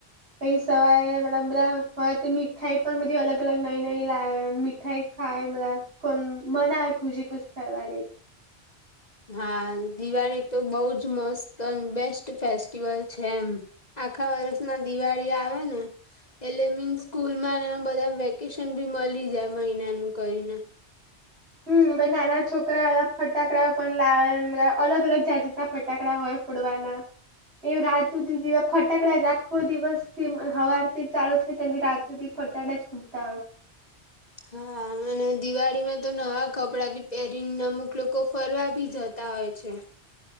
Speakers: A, on the right; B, on the left.
A: પછી સવારે મલબ બધા હોય તો મીઠાઈ પણ બધી અલગ - અલગ, નઈ - નઈ લાવે થાઈ ખાય બધા કો મના આવે ખુશી ખુશ થવા
B: હા દિવાળી તો બવ જ મસ્ત અને બેસ્ટ ફેસ્ટિવલ છે. એમ. આખા વર્ષમાં દિવાળી આવે ને એટલે મીન્સ સ્કૂલ માં ને બધા વેકેશન ભી મળી જાય મહિનાનું કરીને.
A: હમ નાના છોકરાઓ ફટાકડાઓ પણ લાવે અલગ અલગ જાજતના ફટાકડા હોય. ફોડવાના એવું રાતુ દીદી ફટાકડા રાખો દિવસ થી હવાથી ચાલુ થાય ત રાતૂદી ફટાટા જુટતા હો
B: હા અને દિવાળી માં તો નવા કપડાં ભી પહેરીને અમુક લોકો ફરવા બી જત તા હોય છે.